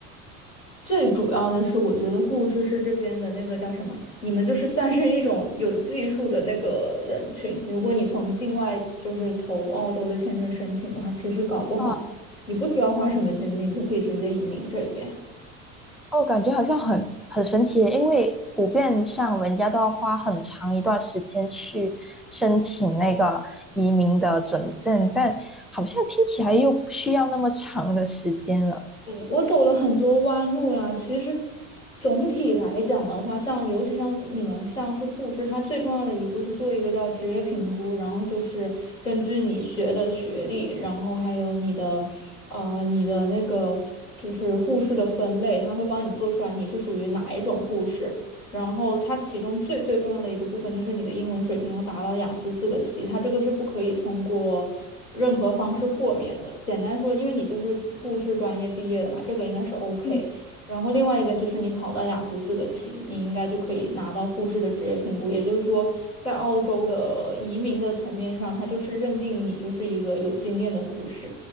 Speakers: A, on the left (about 80°); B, in the centre.
A: 最主要的是我觉得护士是这边的那个叫什么，你们就是算是一种有技术的那个人群，如果你从境外就是投澳洲的签证申请的话，其实搞不好你不需要花什么精力，
B: 嗯，
A: 你就可以直接移民这边。
B: 哦，感觉好像很很神奇耶因为普遍上人家都要花很长一段时间去申请那个移民的准证，但好像听起来又不需要那么长的时间了。
A: 我走了很多弯路啦。其实总体来讲的话，像尤其像是你们像是护士，它最重要的一步是做一个叫职业评估，然后就是根据你学的学历，然后还有你的呃你的那个就是护士的分类，它会帮你做出来你是属于哪一种护士。然后它其中最最重要的一个部分就是你的英文水平要达到雅思四个七，它这个是不可以通过任何方式豁免的。简单说，因为你就是护士专业毕业的嘛，这个应该是 OK。
B: 嗯。
A: 然后另外一个就是你考到雅思四个七，你应该就可以拿到护士的职业评估。也就是说，在澳洲的移民的层面上，它就是认定你就是一个有经验的护士，